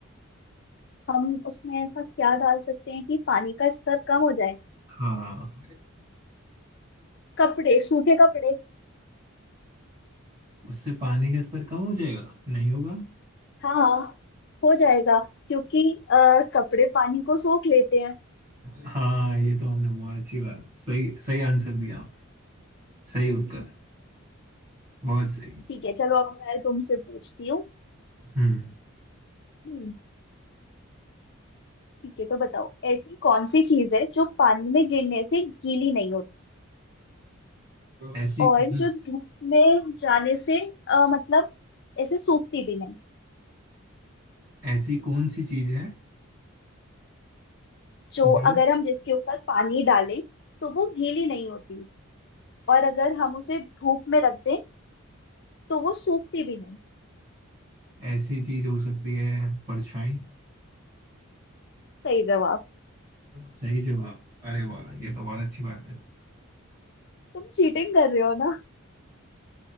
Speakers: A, on the left; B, on the right.
A: हम उसमें ऐसा क्या डाल सकते हैं कि पानी का स्तर कम हो जाए
B: हाँ
A: कपड़े सूखे कपड़े
B: उससे पानी का स्तर कम हो जाएगा नहीं होगा
A: हाँ हो जाएगा क्योंकि अ, कपड़े पानी को सोख लेते हैं
B: हाँ ये तो हमने बहुत अच्छी बात सही सही आंसर दिया सही उत्तर बहुत सही
A: ठीक है चलो अब मैं तुमसे पूछती हूँ
B: हम्म
A: हम्म। ठीक है तो बताओ ऐसी कौन सी चीज है जो पानी में गिरने से गीली नहीं होती
B: ऐसी
A: और
B: कौन
A: जो धूप में जाने से अ, मतलब ऐसे सूखती भी नहीं
B: ऐसी कौन सी चीज है
A: जो
B: जो
A: अगर हम जिसके ऊपर पानी डालें तो वो गीली नहीं होती और अगर हम उसे धूप में रख दें तो वो सूखती भी नहीं
B: ऐसी चीज हो सकती है परछाई
A: सही जवाब
B: सही जवाब अरे वाह ये तो बहुत अच्छी बात है
A: तुम चीटिंग कर रहे हो ना